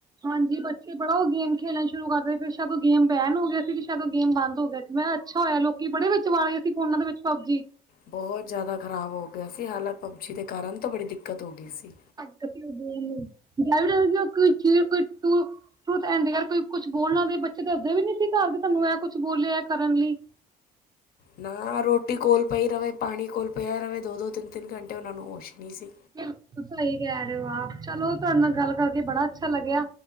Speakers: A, on the right; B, on the left.
A: ਹਾਂਜੀ, ਬੱਚੇ ਬੜਾ ਉਹ ਗੇਮ ਖੇਲਣਾ ਸ਼ੁਰੂ ਕਰਦੇ ਫਿਰ, ਬੇਸ਼ੱਕ ਉਹ ਗੇਮ ਬੈਨ ਹੋ ਗਿਆ ਸੀ ਤੇ ਬੇਸ਼ੱਕ ਉਹ ਗੇਮ ਬੰਦ ਹੋ ਗਿਆ ਸੀ। ਮੈਂ ਅੱਛਾ ਹੋਇਆ, ਲੋਕੀ ਬੜੇ ਵਿੱਚ ਵੜ ਗੇ ਸੀ, ਫੋਨਾ ਦੇ ਵਿੱਚ ਪਬਜੀ।
B: ਬਹੁਤ ਜ਼ਿਆਦਾ ਖ਼ਰਾਬ ਹੋ ਗਿਆ ਸੀ, ਹਾਲਾਂ ਪਬਜੀ ਦੇ ਕਾਰਨ ਤਾਂ ਬੜੀ ਦਿੱਕਤ ਹੋ ਗਈ ਸੀ।
A: <unintelligible> ਟਰੂਠ ਐਂਡ ਡੇਰ, ਕੋਈ ਕੁਛ ਬੋਲਣਾ ਵੈ, ਬੱਚੇ ਦੱਸਦੇ ਵੀ ਨੀ ਸੀ ਘਰ ਕੇ ਸਾਨੂੰ ਇਹ ਕੁਛ ਬੋਲਿਆ ਐ ਕਰਨ ਲਈ।
B: ਨਾ ਰੋਟੀ ਕੋਲ ਪਈ ਰਵੇ, ਪਾਣੀ ਕੋਲ ਪਿਆ ਰਵੇ, ਦੋ-ਦੋ, ਤਿੰਨ-ਤਿੰਨ ਘੰਟੇ ਉਹ ਨੂੰ ਹੋਸ਼ ਨੀ ਸੀ।
A: ਬਿਲਕੁਲ ਸਈ ਕਹਿ ਰੇ ਓ ਆਪ, ਚਲੋ ਤੁਹਾਡੇ ਨਾਲ ਗੱਲ ਕਰਕੇ ਬੜਾ ਅੱਛਾ ਲੱਗਿਆ।